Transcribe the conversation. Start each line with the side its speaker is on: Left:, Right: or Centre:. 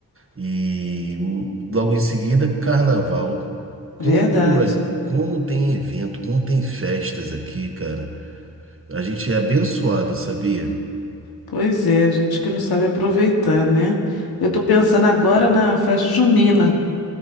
Right: E o- logo em seguida, carnaval. Como,
Left: Verdade.
Right: a- como tem evento, como tem festas aqui, cara. A gente é abençoado, sabia?
Left: Pois é, gente que não sabe aproveitar, né? Eu tô pensando agora na festa junina,